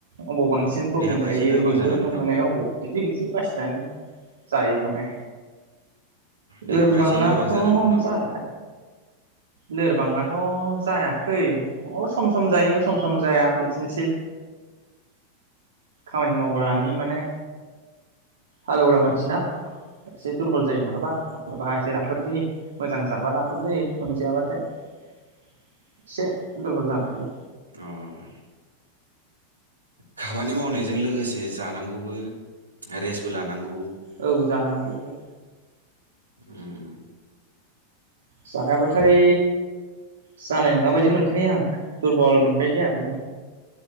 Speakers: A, on the right; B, on the right.
A: अबाव बांसिन
B: अ
A: प्रटिन
B: देहाफ्रा
A: थायो
B: एसे लोरबां
A: बेफोरजों
B: जानानै दं
A: माने
B: नामा
A: अबाव बिदि बिदि बासिनानै जायो माने।
B: देहाफ्रा
A: लोरबाङा
B: एसे लोरबां
A: थ'
B: जानानै दं नामा
A: जाया लोरबाङाथ' जायाखै अ सम सम जायो सम सम जाया बिदिनोसै खामानि मावग्रानि माने हालेवग्रा
B: उम
A: मानसि ना। एसे दुरबल जायो मालाबा। मालाबा एसे राफोद जायो मोजां जाबा राफोद जायो। मोनजायाबाथाय एसे दुरबल जानानै थायो।
B: अ खामानि मावनायजों लोगोसे जानांगौबो रेस्टबो लानांगौ।
A: औ जानां गौबो
B: उम
A: जाया बाथाय जानाय नङा बायदि मोनखायो आं दुरबल मोन खायो देहाखौनो।